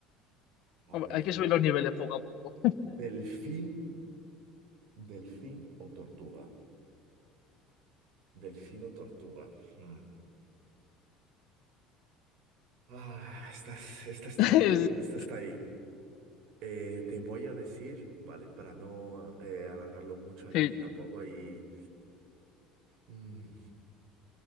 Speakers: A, on the right; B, on the left.
A: A
B: Hombre,
A: ver,
B: hay que subir los niveles poco a poco.
A: delfín, delfín o tortuga. Delfín o tortuga. Hmm. Ah, esta, es- esta está
B: <laughs>
A: ahí, ¿eh? Esta está ahí. Eh, te voy a decir, ¿vale? Para no eh, alargarlo mucho aquí,
B: Sí.
A: tampoco hay... Mm,